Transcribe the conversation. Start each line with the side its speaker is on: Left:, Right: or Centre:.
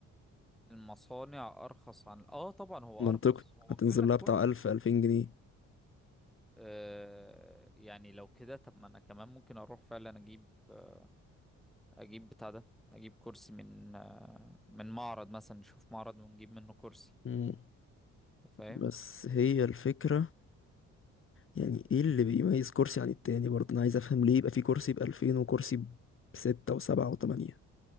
Centre: المصانع ارخص عن اه طبعا هو
Left: منطقي
Centre: ارخص هو
Left: هتنزل
Centre: بيقول لك
Left: لها
Centre: كويس
Left: بتاع 1000 2000 جنيه
Centre: آه يعني لو كده طب ما انا كمان ممكن اروح فعلا اجيب آه اجيب بتاع ده اجيب كرسي من آه من معرض مثلا نشوف معرض ونجيب منه كرسي
Left: مم.
Centre: انت فاهم
Left: بس هي الفكره يعني ايه اللي بيميز كرسي عن التاني برضه انا عايز افهم ليه يبقى في كرسي ب 2000 وكرسي بستة وسبعة وتمانية